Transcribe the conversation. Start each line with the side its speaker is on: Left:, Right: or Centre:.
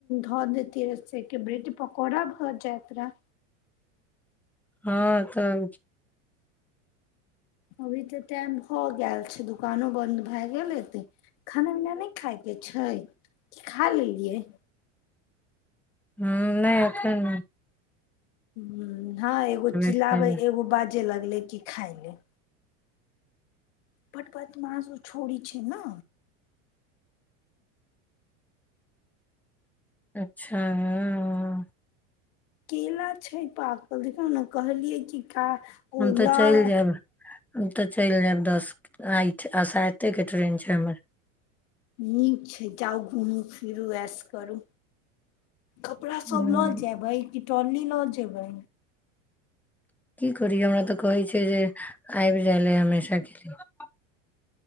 Left: धऽ देती र ब्रेड पकोड़ा। त जााता
Centre: हँ त छै
Left: अभी तऽ टाइम भऽ गेल छै दुकानो बंन्द भए गेल एेते खाना पीना नहि खाायके छै खा लेलियै
Centre: ह नहि ओत नहि
Left: ह हँ एगो चिललाब
Centre: खाय लए
Left: एगो बाज जे लगल किी खइ ने पटपथ मस छोड़ छै ने
Centre: अच्छा ह
Left: केला छै पाकल देखहु ने कहलियै कि का ओ
Centre: हम तऽ
Left: लऽ
Centre: चलि जायब हम तऽ चलि जायब दस आठि आसातेके ट्रेन छै हमर
Left: नीक छै जाउ घूमू फिरू स करू कपड़ा
Centre: हमर
Left: सब लऽ जेबै टोनी लऽ जेबै
Centre: की करी हमरा तऽ कहै छै जे आइ जाइले हमेशाके <unintelligible>